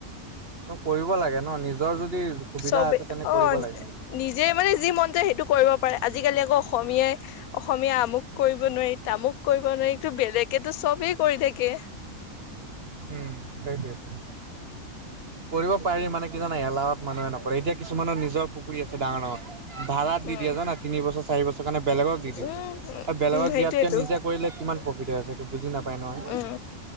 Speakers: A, on the right; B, on the left.
A: কৰিব লাগে ন' নিজৰ যদি সুবিধা
B: চবে
A: আছে তেনে
B: অ
A: কৰিব লাগে।
B: নিজে মানে যি মন যায় সেইটো কৰিব পাৰে, আজিকালি আকৌ অসমীয়াই অসমীয়া আমুক কৰিব নোৱাৰি, তামুক কৰিব নোৱাৰি বেলেগে টো চবেই কৰি থাকে।
A: উম', সেইটোৱেটো। কৰিব পাৰি মানে কি জানা এলাহত মানুহে নকৰে, এতিয়া কিছুমানৰ নিজৰ পুখুৰী আছে ডাঙৰ ডাঙৰ ভড়া
B: উম
A: দি দিয়ে জনা তিন বছৰ চাৰি বছৰ কাৰণে বেলেগক দি দিয়ে,
B: উম
A: আৰু বেলেগক
B: উম সেইটোয়েতো
A: দিয়াতকে নিজে কৰিলে কিমান প্ৰফিট হৈ আছে সেইটো বুজি নাপাই নহয়।
B: উম